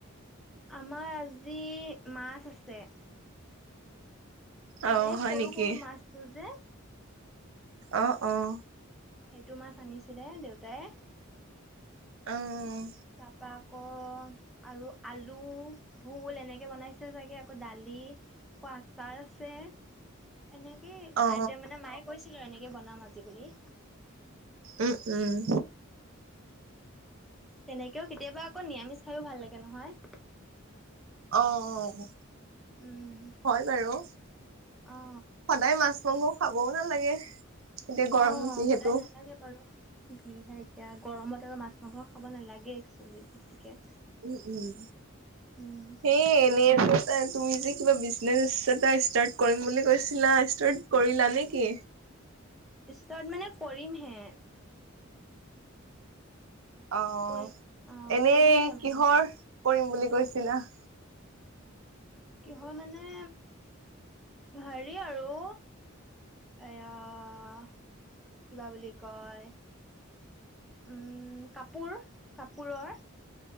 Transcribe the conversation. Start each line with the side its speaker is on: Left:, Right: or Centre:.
Centre: আমাৰ আজি মাছ আছে।
Right: অ
Centre: মানে
Right: হয়
Centre: সৰু-সৰু
Right: নেকি?
Centre: মাছটো যে?
Right: অ', অ',
Centre: সেইটো মাছ আনিছিলে দেউতাই।
Right: অ',
Centre: তাৰপৰা আকৌ আৰু আলু, ভোল এনেকে বনাইছে চাগে? আকৌ দালি, আকৌ আচাৰ ছাৰ আছে। এনেকেই
Right: অ
Centre: আইটেম মানে, মায়ে কৈছিলে আৰু এনেকে বনাম আজি বুলি।
Right: উম-উম।
Centre: তেনেকেও কেতিয়াবা, আকৌ নিৰামিষ খায়ো ভাল লাগে নহয়।
Right: অ',
Centre: উম
Right: হয় বাৰু।
Centre: অ
Right: সদায় মাছ-মাংস খাবও নালাগে। এতিয়া গৰম
Centre: অ',
Right: যিহেতু।
Centre: সদায় নালাগে বাৰু। যিহে এতিয়া গৰমত আৰু মাছ-মাংস খাব নালাগে একচোৱেলি বেছিকে।
Right: উম-উম।
Centre: উম
Right: সেই এনেই যে যে তুমি যে কিবা বিজনেছ এটা ষ্টাৰ্ট কৰিম বুলি কৈছিলা। ষ্টাৰ্ট কৰিলা নে কি?
Centre: ষ্টাৰ্ট মানে কৰিমহে।
Right: অ',
Centre: কৰিম অ
Right: এনেই
Centre: কৰিমহে মানে
Right: কিহৰ
Centre: ষ্টাৰ্ট
Right: কৰিম বুলি কৈছিলা?
Centre: কিহৰ মানে হেৰি আৰু এয়া, কিবা বুলি কয়। উম, কাপোৰ, কাপোৰৰ।